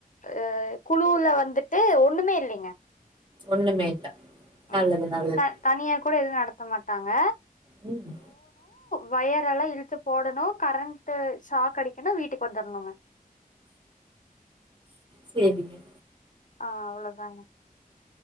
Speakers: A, on the left (about 60°); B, on the right (about 30°).
A: அ குழுல வந்துட்டு ஒண்ணுமே இல்லிங்க
B: ஒண்ணுமே இல்ல நல்லது
A: ம்
B: நல்லது
A: த தனியா கூட எதுவு நடத்த மாட்டாங்க
B: ம்
A: வயர் எல்லா இழுத்து போடணு கரண்ட்டு ஷாக் அடிக்கணு வீட்டுக்கு வந்துரணுங்க
B: சேரிங்க
A: ஆ அவ்ளதாங்க